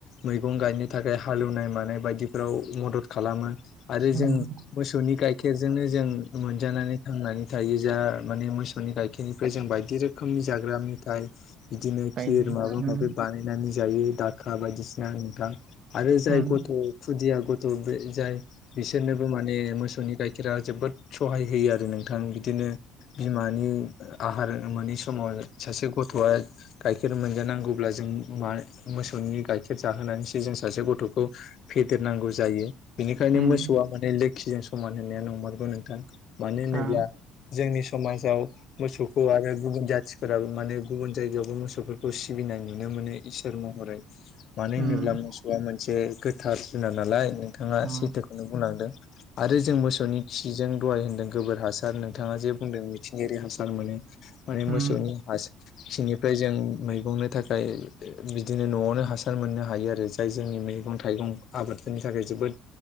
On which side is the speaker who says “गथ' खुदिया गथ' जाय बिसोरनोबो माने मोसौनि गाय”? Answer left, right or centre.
Left